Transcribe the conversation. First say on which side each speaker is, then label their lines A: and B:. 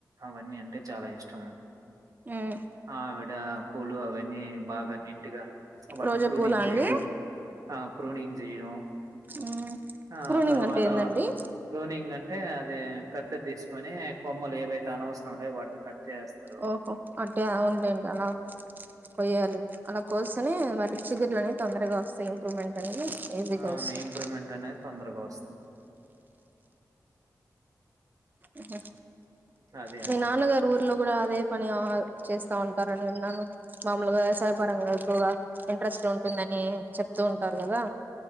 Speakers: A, on the right; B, on the right.
A: అవన్నీ అంటే చాలా ఇష్టం
B: ఉమ్
A: ఆవిడ పూలు అవన్నీ బాగా వాటిని
B: రోజా
A: ప్రూనింగ్
B: పూలా అండి
A: చేయడం ఆ ప్రూనింగ్ చేయడం
B: ఉమ్
A: ఆ
B: ప్రూనింగ్
A: తర్వాత
B: అంటే ఏందండి
A: ప్రూనింగ్ అంటే అంటే అది కత్త్తరి తీసుకొని కొమ్మలు ఏవైతే స్ానవరం ఉండయి వాటిని చేస్తారు
B: ఓహో అంటే అవుండేంటి అలా కొయ్యాలి అలా కోస్తేనే వాటికి చిగుర్లు అనేవి తొందరగా వస్తాయి ఇంప్రూవ్మెంట్ అనేది ఈజీగా
A: అవును
B: వస్తుంది
A: ఇంప్రూవ్మెంట్ అనేది తొందరగా వస్తుంది
B: అహ
A: అదే
B: మీ
A: అండి
B: నాన్నగారు ఊర్లో కూడా అదే పన్ ఏమో చేస్తా ఉంటారని విన్నాను మామూలుగా వ్యవసాయ పరంగా ఎక్కువగా ఇంట్రెస్ట్ ఉంటుందని చెప్ త్తు ఉంటారు కదా